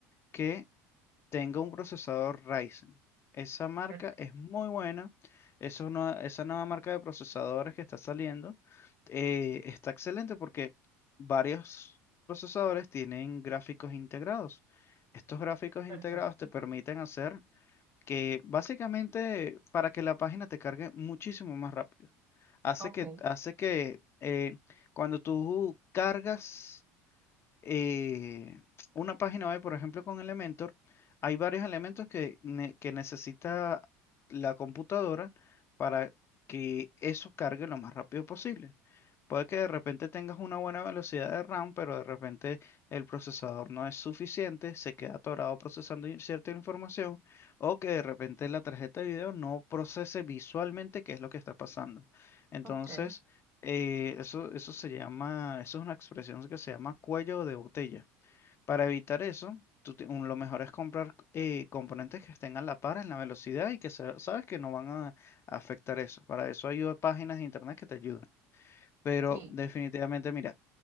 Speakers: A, on the left; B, on the right.
A: que tenga un procesador Ryzen. Esa marca
B: perfecto.
A: es muy buena. Eso no- esa nueva marca de procesadores que está saliendo eh, está excelente porque varios procesadores tienen gráficos integrados. Estos gráficos
B: Perfecto.
A: integrados te permiten hacer que básicamente para que la página te cargue muchísimo más rápido. Hace
B: Ok,
A: que, hace que eh, cuando tú cargas eh, una página web, por ejemplo, con Elementor, hay varios elementos que, ne- que necesita la computadora para que eso cargue lo más rápido posible. Puede que de repente tengas una buena velocidad de RAM, pero de repente el procesador no es suficiente, se queda atorado procesando in- cierta información, o que de repente la tarjeta de video no procese visualmente qué es lo que está pasando. Entonces,
B: ok.
A: eh, eso, eso se llama, eso es una expresión que se llama cuello de botella. Para evitar eso, tú te- un- lo mejor es comprar eh, componentes que estén a la par en la velocidad y que sa- sabes que no van a, a afectar eso. Para eso hay o- páginas de internet que te ayudan. Pero
B: Sí,
A: definitivamente, mira,